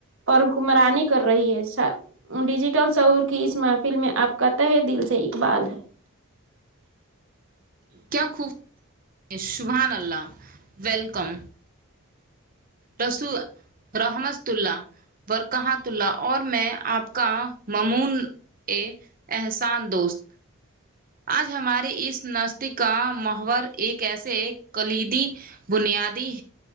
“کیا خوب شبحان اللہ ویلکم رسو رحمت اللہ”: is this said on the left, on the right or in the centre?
Right